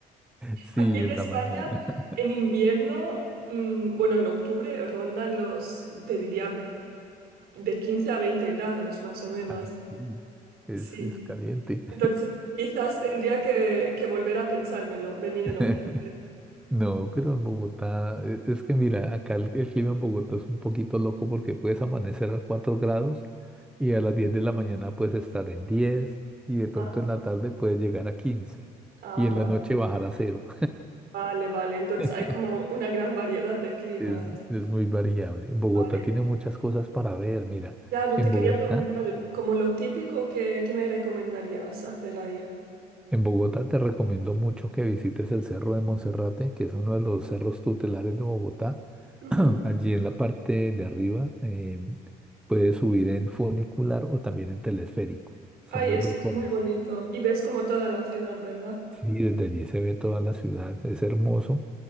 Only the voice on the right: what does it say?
Aquí en
España,
en invierno, mm, bueno, en octubre rondan los, te diría, de 15 a 20 grados, más o menos.
Sí.
Entonces, quizás tendría que, que volver a pensármelo, venir en
octubre.
Ajá.
Ah,
va-
vale, vale. Entonces,
hay como una gran variedad de climas.
Vale.
Claro,
te quería
preguntar, como lo típico, ¿qué, qué me recomendarías hacer ahí?
Ujú.
Ay,
esto
es
muy bonito. Y ves como toda la ciudad, ¿verdad?